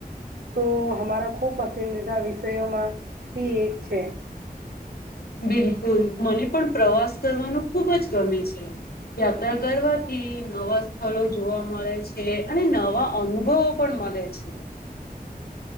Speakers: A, on the right; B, on the left.
A: તો હમારા ખુબ પસંદીદા વિષયોમાંથી એક છે.
B: બિલકુલ મને પણ પ્રવાસ કરવાનો ખુબ જ ગમે છે યાત્રા કરવા થી નવા સ્થળો જોવા મળે છે અને નવા અનુભવો પણ મલે છે.